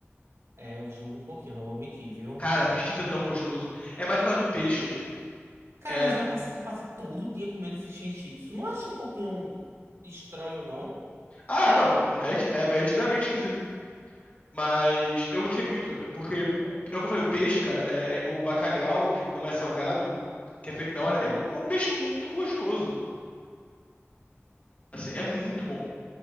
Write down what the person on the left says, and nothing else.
Cara, fish and chips é tão gostoso. É mais por causa do peixe, é tipo,
é...
Ah, não, é, est- é- é extremamente esquisito. Mas eu gostei muito, é porque, o, é o que eu falei, o peixe, cara, é, é- o bacalhau, que não é salgado, que é feito na
hora, é um peixe muito gostoso. Assim, é muito bom.